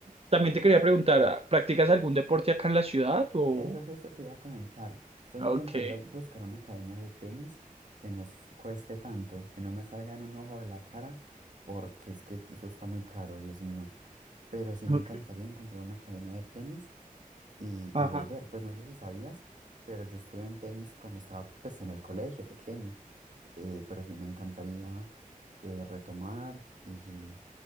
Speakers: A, on the right (about 45°); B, on the right (about 60°).
A: también te quería preguntar, ¿ah, ¿practicas algún deporte acá en la ciudad o...?
B: eso justo te iba a comentar. Estoy
A: Ok,
B: intentando buscar una academia de tenis que no cueste tanto, que no me salga en un ojo de la cara, porque es que eso está muy caro, Dios mío. Pero sí me
A: ok,
B: encantaría encontrar una academia de tenis y,
A: ajá,
B: y volver. Pues no sé si sabías, pero yo estuve en tenis cuando estaba pues en el colegio pequeño, eh, pero sí me encantaría eh, retomar y,